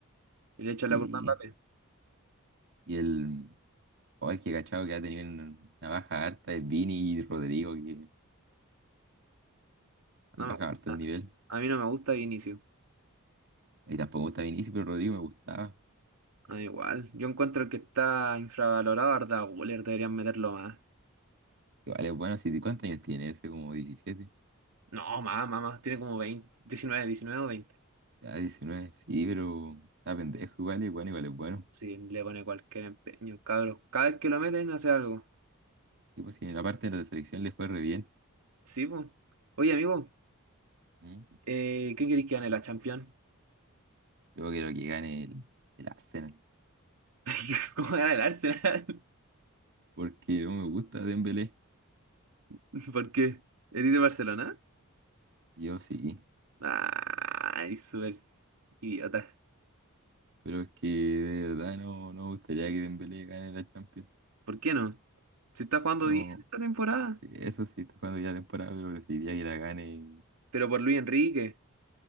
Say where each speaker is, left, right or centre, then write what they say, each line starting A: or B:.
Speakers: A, on the right (about 85°); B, on the right (about 60°).
A: y le echan
B: Y,
A: la culpa a Mbappé.
B: y el, oh, es que cachado que ha tenido en- una baja harta es Vini y Rodrigo, que
A: No
B: Han bajado
A: me gusta.
B: harto el nivel.
A: A mí no me gusta Vinicius.
B: Y tampoco está Vinicius, pero Rodrigo me gustaba.
A: Ah, igual. Yo encuentro que está infravalorado Arda Güler. Deberían meterlo más.
B: Igual es bueno, si ¿cuántos años tiene ese? Como diecisiete
A: No, más, más, más. Tiene como 20, 19, 19 o 20.
B: Ya 19 sí, pero está pendejo igual, y bueno, igual es bueno.
A: si le pone cualquier empeño, cabros. Cada vez que lo meten hace algo.
B: Y pues si en la parte de la selección le fue re bien,
A: Sí, po. Oye, amigo,
B: ¿Mm?
A: eh, ¿quién queréis que gane la Champions?
B: yo quiero que gane el, el Arsenal.
A: <laughs> ¿Cómo gana el Arsenal?
B: Porque no me gusta Dembélé,
A: <laughs> ¿Por qué? ¿Eres de Barcelona?
B: yo sí.
A: Ay, súper idiota.
B: Pero es que de verdad no, no me gustaría que Dembélé gane la Champions.
A: ¿Por qué no? Si está jugando
B: No,
A: bien esta temporada.
B: eso sí, está jugando ya temporada, pero preferiría que la gane.
A: Pero por Luis Enrique. <laughs>